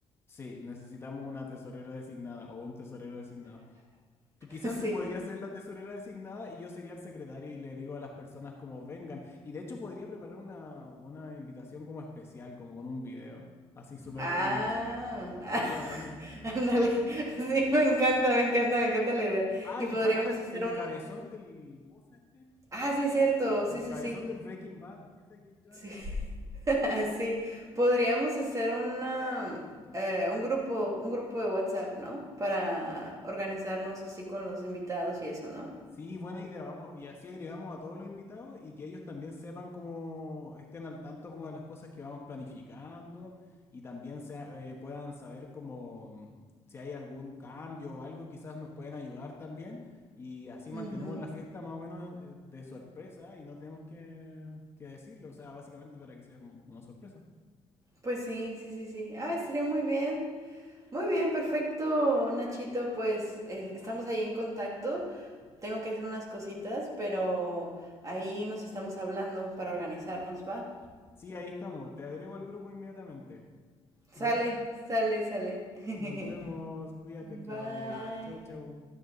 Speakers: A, on the left; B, on the right.
A: Sí, necesitamos una tesorera designada o un tesorero designado. Tú, quizás
B: <laughs>
A: tú podrías
B: sí.
A: ser la tesorera designada y yo sería el secretario y le digo a las personas como vengan. Y de hecho podría preparar una, una invitación como especial, como con un video. Así súper
B: Ah.
A: cringe. Sería bueno.
B: Ándale. Sí, me encanta, me encanta, me encanta la idea.
A: Ah,
B: Y
A: y
B: podríamos
A: falta el,
B: hacer
A: el
B: un...
A: cabezón del... ¿Cómo se llama este?
B: Ah, sí, es cierto. Sí,
A: El
B: sí,
A: cabezón
B: sí.
A: del Breaking Bad. Ese hay que llevarlo.
B: Sí. <laughs> Sí, podríamos hacer una, eh, un grupo, un grupo de WhatsApp, ¿no? Para organizarnos así con los invitados y eso, ¿no?
A: Sí, buena idea, vamos, y así agregamos a todos los invitados y que ellos también sepan cómo estén al tanto como de las cosas que vamos planificando y también sea- eh, puedan saber como mm, si hay algún cambio o algo, quizás nos pueden ayudar también y así
B: Ujú.
A: mantenemos la fiesta más o menos eh, de sorpresa y no tenemos que, que decirlo, o sea, básicamente para que sea como una sorpresa.
B: Pues sí, sí, sí, sí. Ah, estaría muy bien. Muy bien, perfecto, Nachito. Pues eh, estamos ahí en contacto. Tengo que hacer unas cositas, pero ahí nos estamos hablando para organizarnos, ¿va?
A: Sí, ahí estamos, te agrego al grupo inmediatamente,
B: Sale,
A: ¿ya?
B: sale, sale. <laughs>
A: Nos vemos, cuídate
B: Bye.
A: Claudia, chau chau.